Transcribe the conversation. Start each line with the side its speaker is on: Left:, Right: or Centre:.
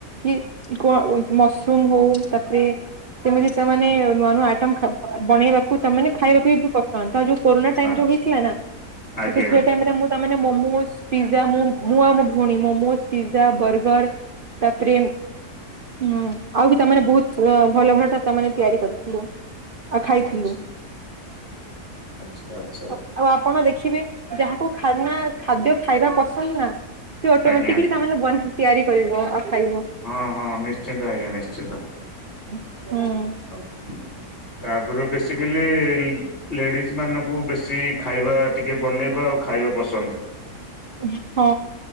Right: କି କ ମସରୁମ୍ ହଉ ତାପରେ ତେମିତି ତାମାନେ ନୂଆ ନୂଆ ଆଇଟମ ଖ ବନେଇବାକୁ ତାମାନେ ଖାଇବାକୁ ବି ବ ପ ହଁ ତ ଯୋଉ କୋରୋନା ଟାଇମ୍
Left: ଆଚ୍ଛା
Right: ଯୋଉ ହେଇଥିଲା ନାଁ
Left: ଆଜ୍ଞା
Right: ତ ସେ ସେଇ ଟାଇମ୍ ରେ ମୁଁ ତାମାନେ ମମୋସ୍ ପିଜା ମୁଁ ମୁଁ ଆଉ ମୋ ଭଉଣୀ ମୋମୋଜ ପିଜା ବର୍ଗର ତାପରେ ଉଁ ଆଉ ବି ତାମାନେ ବୋହୁତ ଅ ଭଲ ଭଲଟା ତମାନେ ତିଆରି କରିଥିଲୁ। ଆଉ ଖାଇଥିଲୁ।
Left: ଆଚ୍ଛା। ଆଚ୍ଛା ଆଚ୍ଛା
Right: ଆଉ ଆଉ ଆପଣ ଦେଖିବେ ଯାହାକୁ ଖାନା ଖାଦ୍ୟ ଖାଇବା ପସନ୍ଦ ନାଁ ତେ ଅଟମେଟିକଲି
Left: ଆଜ୍ଞା
Right: ତାମାନେ ବନ୍ ତିଆରି କରିବ ଆଉ ଖାଇବ।
Left: ହଁ ହଁ ନିଶ୍ଚିନ୍ତ ଆଜ୍ଞା ନିଶ୍ଚିନ୍ତ।
Right: ହୁଁ।
Left: ଆଉ ତାପରେ ବେସିକାଲି ଲେଡିଜ ମାନଙ୍କୁ ବେଶୀ ଖାଇବା ଟିକେ ବନେଇବା ଆଉ ଖାଇବା ପସନ୍ଦ।
Right: ଏଇ ଖ